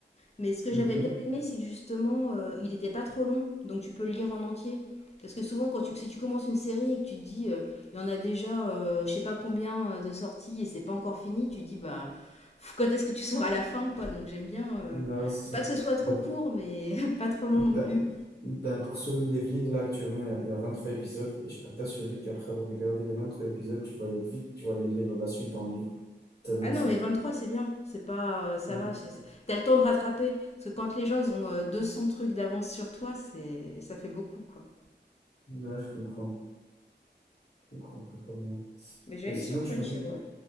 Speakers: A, on the left; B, on the left.
A: Mais ce que
B: Mhm.
A: j'avais bien aimé, c'est que justement, euh, il n'était pas trop long, donc tu peux le lire en entier. Parce que souvent, quand tu, si tu commences une série et que tu te dis, euh, il y en a déjà, euh, je sais pas combien euh, de sorties et c'est pas encore fini, tu te dis, bah, pff, quand est-ce que tu sauras la fin, quoi. Donc j'aime bien. euh,
B: Non, c'est ça.
A: faut pas que ce soit trop
B: Ben,
A: court, mais <laughs> pas trop long
B: ben,
A: non plus.
B: ben, pour Solo Leveling, là, actuellement, il y, a il y a 23 épisodes, et je peux t'assurer qu'après avoir regardé les 23 épisodes, tu vas aller vite, tu vas aller lire la suite en livre. Tellement
A: Ah non,
B: c'est
A: mais
B: bien.
A: 23, c'est bien. C'est pas, euh, ça
B: Mhm.
A: va. c'est- c'est- T'as le temps de rattraper. Parce que quand les gens, ils ont euh, 200 trucs d'avance sur toi, c'est, ça fait beaucoup, quoi.
B: Ouais, je comprends. Je comprends, totalement.
A: Mais je vais
B: Et
A: aller
B: sinon,
A: sur Crunchyroll.
B: tu m'as dit que